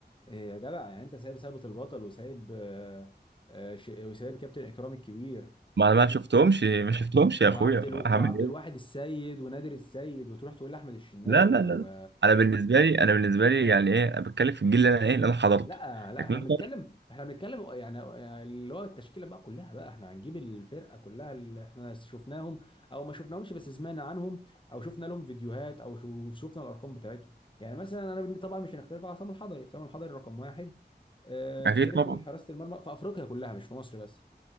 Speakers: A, on the left; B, on the right.
A: آه يا جدع يعني انت سايب ثابت البطل وسايب آه آه ش- وسايب كابتن اكرامي الكبير
B: ما انا ما شفتهمش ما شفتهمش يا
A: وعبد
B: اخويا
A: الو...
B: هعمل
A: وعبد
B: ايه
A: الواحد السيد ونادر السيد وتروح تقول لاحمد الشناوي
B: لا لا لا
A: و
B: انا بالنسبه لي انا بالنسبه لي يعني ايه أنا بتكلم في الجيل اللي انا ايه اللي انا حضرته
A: لا لا
B: لكن
A: احنا
B: انت
A: بنتكلم احنا بنتكلم يعني يعني اللي هو التشكيله بقى كلها بقى احنا هنجيب الفرقه كلها اللي احنا شفناهم او ما شفناهمش بس سمعنا عنهم او شفنا لهم فيديوهات او شو- شفنا الارقام بتاعتهم يعني مثلا انا بن- طبعا مش هنختلف على عصام الحضري عصام الحضري رقم واحد آه،
B: اكيد
A: في تاريخ
B: طبعا
A: حراسه المرمى في افريقيا كلها مش في مصر بس